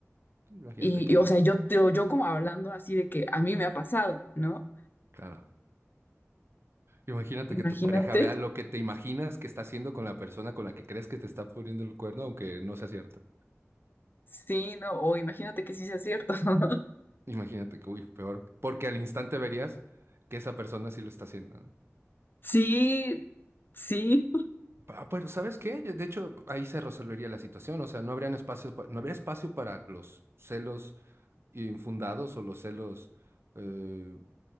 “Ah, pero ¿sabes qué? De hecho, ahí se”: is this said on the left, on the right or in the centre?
Right